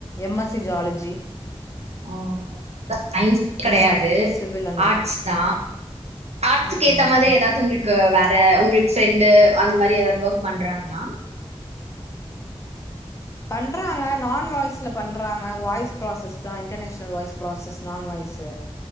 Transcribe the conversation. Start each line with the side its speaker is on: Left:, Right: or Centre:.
Left: எம் எஸ் சி ஜியாலஜி
Right: ஓ சயின்ஸ் கெடயாது
Left: சி இ சிவில் அந்த
Right: ஆட்ஸ்
Left: மாரி
Right: தா ஆட்ஸ்க்கு
Left: ம்
Right: ஏத்த மாதி ஏதாது உங்ள்க்கு வேற உங்ளுக் ப்ரண்டு அந்த மாரி ஏதாது ஒர்க் பண்றாங்ளா
Left: பண்றாங்க நான் வாய்ஸ்ல பண்றாங்க வாய்ஸ் ப்ராசஸ் தா இன்டர்நேஷ்னல் வாய்ஸ் ப்ராசஸ் நான் வாய்ஸ்